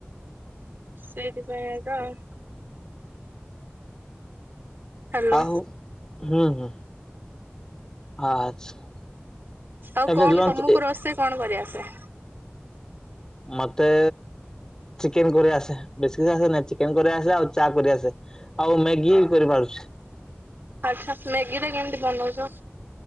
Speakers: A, on the right; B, on the left.
A: ସେଇଥି ପାଇଁ ତ ଆଉ। ହ୍ୟାଲୋ
B: ଆଉ ହୁଁ ହୁଁ। ଆଚ୍ଛା।
A: ଆଉ
B: ଏବେ
A: କଣ
B: ଲଞ୍ଚ
A: ତମୁକୁ ରୋଷେଇ କଣ କରି ଆସେ?
B: ମତେ ଚିକେନ୍ କରି ଆସେ। ବେଶୀ ବି ଆସେ ନାଇଁ। ଚିକେନ୍ କରି ଆସେ ଆଉ ଚା କରି ଆସେ। ଆଉ ମ୍ୟାଗି ବି କରି ପାରୁଛି।
A: ଆଚ୍ଛା। ମ୍ୟାଗି ଟା କେମିତି ବନୋଉଛ?